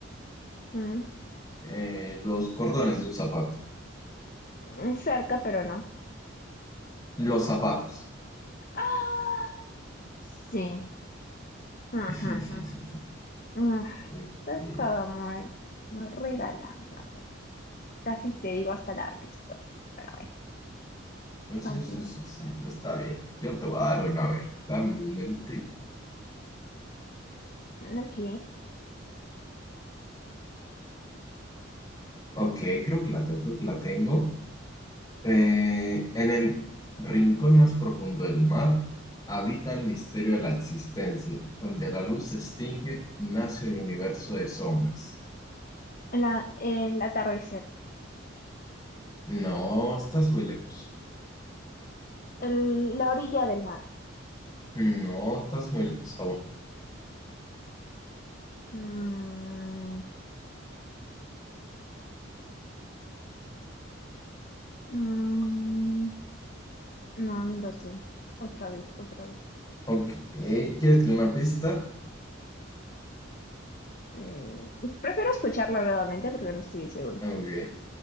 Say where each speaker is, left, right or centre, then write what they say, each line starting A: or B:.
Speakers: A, on the left; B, on the left.
A: Mm,
B: Eh, los cordones de un zapato.
A: mm, cerca, pero no.
B: Los zapatos.
A: Ah, sí. Ujú,
B: <laughs>
A: ujú, ujú.
B: Ok.
A: Estaba muy, muy regalado, la verdad. Casi te digo hasta la respuesta, pero bueno,
B: Entonces,
A: continúo.
B: sí, sí, sí, pues está bien. Yo te voy a dar una, a ver. Dame un momento.
A: Ok.
B: Ok, creo que la tengo, creo que la tengo. Eh, en el rincón más profundo del mar habita el misterio de la existencia. Donde la luz se extingue, nace un universo de sombras.
A: La, el atardecer.
B: No, estás muy lejos.
A: El- la orilla del mar.
B: No, estás muy lejos.
A: Mm, mm, no, no lo sé. Otra vez, otra vez.
B: Ok, ¿quieres que una pista?
A: Mm, prefiero escucharla nuevamente porque no estoy segura.
B: Ok.